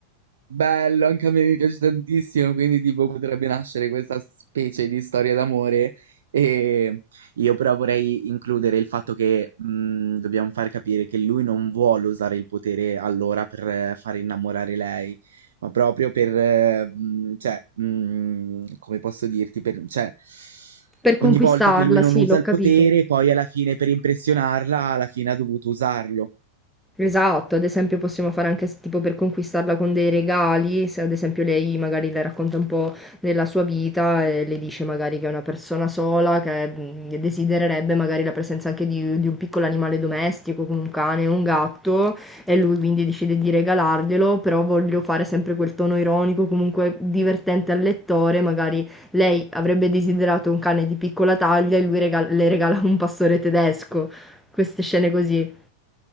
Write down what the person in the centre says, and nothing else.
Per conquistarla,
sì,
l'ho
capito.
Esatto, ad esempio possiamo fare anche s- tipo per conquistarla con dei regali, se ad esempio lei magari le racconta un po' della sua vita e le dice magari che è una persona sola, che mm, desidererebbe magari la presenza anche di, di un piccolo animale domestico, come un cane o un gatto, e lui quindi decide di regalarglielo, però voglio fare sempre quel tono ironico, comunque divertente al lettore, magari lei avrebbe desiderato un cane di piccola taglia e lui regal- le regala un pastore tedesco, queste scene così.